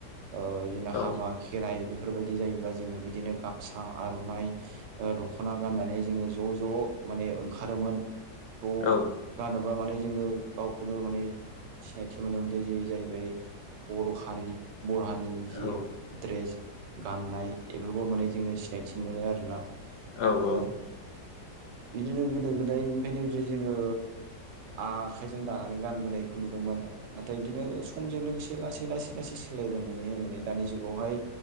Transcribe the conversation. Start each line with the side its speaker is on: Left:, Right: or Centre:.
Right: ओ बिदिनो
Left: औ
Right: हाबा खेराइ बेफोरबायदि जायोब्ला जोङो बिदिनो गामसा आर'नाइ दखना गाननानै जोङो ज' ज' माने ओंखारोमोन बेखौ
Left: औ
Right: गानोमोन माने जोङो गावखौनो माने सिनायथि मोनोमोन जे जाहैबाय बर' हारि बर' हारिनि
Left: औ
Right: जि द्रेस गाननाय बेफोरखौ माने जोङो सिनायथि मोनो आरोना
Left: औ
Right: ओ
Left: औ
Right: बिदिनो गोदो गोदायनिफ्रायनो बिदि जोङो आखाइजों दानानै गानबोनायखौ नुदोंमोन नाथाय बिदिनो समजों लोगोसे लासै लासै लासै सोलायबोनानैय माने दानि जुगावहाय